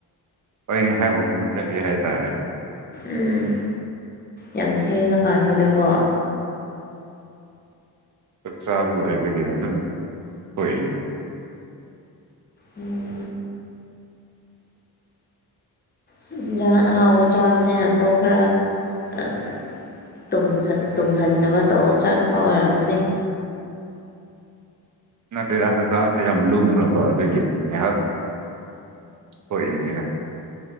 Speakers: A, on the right; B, on the left.
A: ꯑꯩ ꯉꯥꯏꯍꯥꯛ ꯋꯥꯛꯀꯤꯡ ꯆꯠꯂꯤ ꯍꯥꯏꯇꯥꯔꯦ꯫
B: ꯎꯝ ꯌꯥꯝ ꯊꯦꯡꯉ ꯀꯥꯟꯁꯤꯗꯕꯣ꯫
A: ꯆꯥꯛ ꯆꯥꯕ ꯂꯣꯏꯕꯒꯤ ꯑꯗꯨꯝ ꯊꯣꯛꯏꯅꯤ꯫
B: ꯎꯝ꯫ ꯍꯤꯟꯖꯥꯡ ꯑꯍꯥꯎꯕ ꯆꯥꯕꯅꯤꯅ ꯄꯨꯛ ꯈꯔ ꯑꯝ ꯇꯨꯝꯖꯟ ꯇꯨꯝꯍꯟꯅꯕꯥ ꯇꯧ ꯆꯠꯄ ꯑꯣꯏꯔꯝꯒꯅꯤ꯫
A: ꯅꯠꯇꯦꯗ ꯍꯛꯆꯥꯡꯁꯦ ꯌꯥꯝ ꯂꯨꯝꯃꯀꯣ ꯑꯗꯨꯒꯤ ꯉꯥꯏꯍꯥꯛ ꯊꯣꯛꯏꯝꯅꯦꯗ